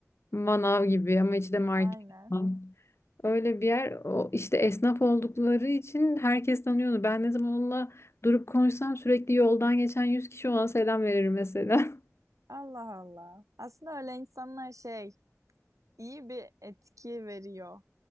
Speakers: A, on the left; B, on the right.
A: Manav gibi ama içi de market.
B: aynen.
A: falan. Öyle bir yer o işte esnaf oldukları için herkes tanıyordu. Ben ne zaman onunla durup konuşsam sürekli yoldan geçen 100 kişi ona selam verir mesela.
B: Allah Allah. Aslında öyle insanlar şey iyi bir etki veriyor.